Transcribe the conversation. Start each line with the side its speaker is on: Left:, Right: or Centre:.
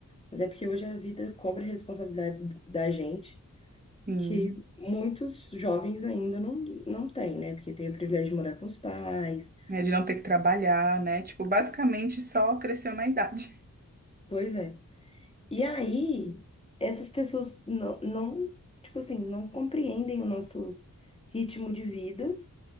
Left: Mas é porque hoje a vida cobra responsabilidades da gente
Right: sim.
Left: que muitos jovens ainda não, não têm, né? Porque tem o privilégio de morar com os pais,
Right: É de não ter que trabalhar, né? Tipo, basicamente só cresceu na idade.
Left: pois é. E aí, essas pessoas não, não, tipo assim, não compreendem o nosso ritmo de vida